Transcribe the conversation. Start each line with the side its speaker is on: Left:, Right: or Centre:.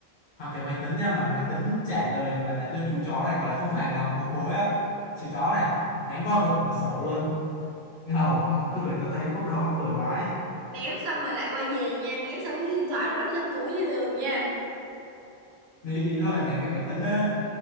Left: hỏi cái máy tính nha mà máy tính trả lời mà làm cho chú chó này gọi là không hài lòng bực bội á chú chó này ném qua cái cửa sổ luôn ngầu quá, mắc cười tôi thấy khúc đó mắc cười vãi
Right: ném xong rồi lại quay về nha ném xong cái điện thoại nó vẫn ở trong túi như thường nha
Left: đi ý tôi là ném cái máy tính á